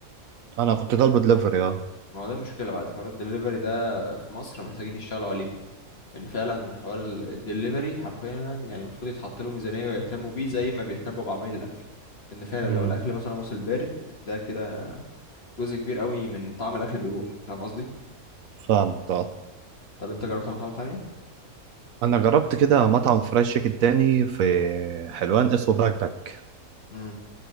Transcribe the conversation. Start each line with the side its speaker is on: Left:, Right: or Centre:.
Right: انا كنت طالب دليفري اه
Left: ما هو ده المشكلة بعد حوار الدليفري ده في مصر محتاجين يشتغلوا عليه لأن فعلا حوار الدليفري حرفيا يعني المفروض يتحط له ميزانية ويهتموا بيه زي ما بيهتموا بعمل الأكل لأن فعلا
Right: مم.
Left: لو الأكل مثلا وصل بارد ده كده جزء كبير قوي من طعم الأكل بيروح فاهم قصدي؟
Right: فاهمك طبعا
Left: طب أنت جربت مطاعم تانية؟
Right: انا جربت كده مطعم فرايد تشيكن تاني في حلوان اسمه باك باك
Left: امم